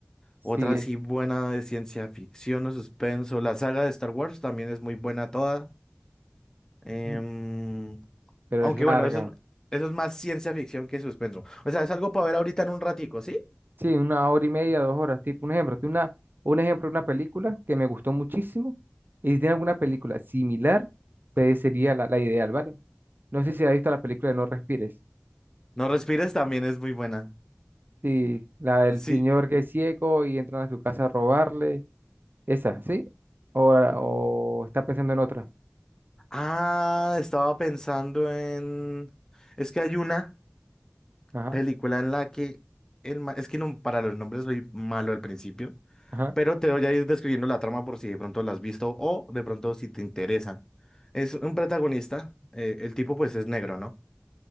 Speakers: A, on the right; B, on the left.
A: Sí,
B: otra
A: es,
B: sí buena de ciencia ficción o suspenso. La saga de Star Wars también es muy buena toda. Em,
A: mm, pero
B: Aunque
A: es larga.
B: bueno, eso es, eso es más ciencia ficción que suspenso. O sea, es algo para ver ahorita en un ratico, ¿sí?
A: Sí, una hora y media, dos horas, tipo un ejemplo. Tiene una, un ejemplo de una película que me gustó muchísimo. Y si tiene alguna película similar, pues sería la, la ideal, ¿vale? No sé si has visto la película de No Respires.
B: No respires también es muy buena.
A: Sí, la del
B: Sí.
A: señor que es ciego y entran a su casa a robarle. Esa, ¿sí? O, o está pensando en otra.
B: Ah, estaba pensando en... Es que hay una.
A: Ajá,
B: película en la que el ma- es que no, para los nombres soy malo al principio,
A: ajá,
B: pero te voy a ir describiendo la trama por si de pronto la has visto o de pronto si te interesa. Es un protagonista, eh, el tipo pues es negro, ¿no?